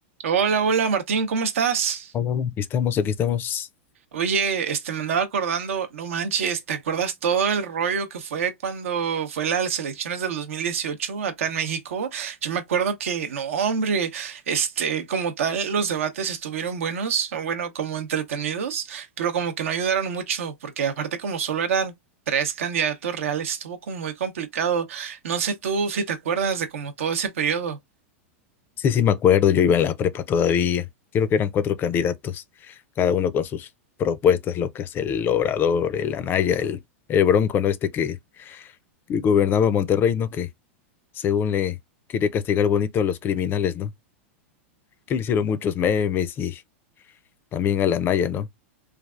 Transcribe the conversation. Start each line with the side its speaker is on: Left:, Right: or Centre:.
Right: Hola, hola Martín, ¿cómo estás?
Left: Hola, hola. Aquí estamos, aquí estamos.
Right: Oye, este me andaba acordando, no manches, ¿te acuerdas todo el rollo que fue cuando fue las elecciones del 2018 acá en México? Yo me acuerdo que, no, hombre, este, como tal, los debates estuvieron buenos, bueno, como entretenidos, pero como que no ayudaron mucho, porque aparte como solo eran tres candidatos reales, estuvo como muy complicado. No sé tú si te acuerdas de como todo ese periodo.
Left: Sí, sí, me acuerdo, yo iba en la prepa todavía. Creo que eran cuatro candidatos, cada uno con sus propuestas locas, el Obrador, el Anaya, el, el Bronco, ¿no? Este que, que gobernaba Monterrey, ¿no? Que según le quería castigar bonito a los criminales, ¿no? Que le hicieron muchos memes y también al Anaya, ¿no?